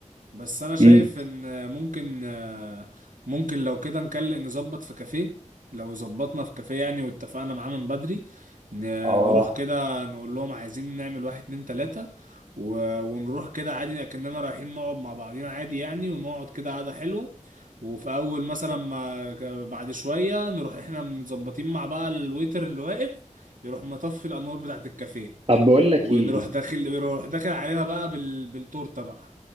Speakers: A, on the right; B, on the right.
A: بس انا شايف
B: امم
A: ان ممكن ممكن لو كده نكلم نظبط في كافيه لو ظبطنا في كافيه يعني واتفقنا معاه من بدري ن-
B: اه
A: نروح كده نقول لهم عايزين نعمل واحد اتنين تلاتة و- ونروح كده عادي لكننا رايحين نقعد مع بعضينا عادي يعني ونقعد كده قعدة حلوة وفي اول مثلا ما ك- بعد شوية نروح احنا مظبطين مع بقى الويتر اللي واقف يروح مطفي الانوار بتاعت الكافيه
B: طب بقول لك
A: ونروح
B: ايه
A: داخل يروح داخل علينا بقى بال... بالتورته بقى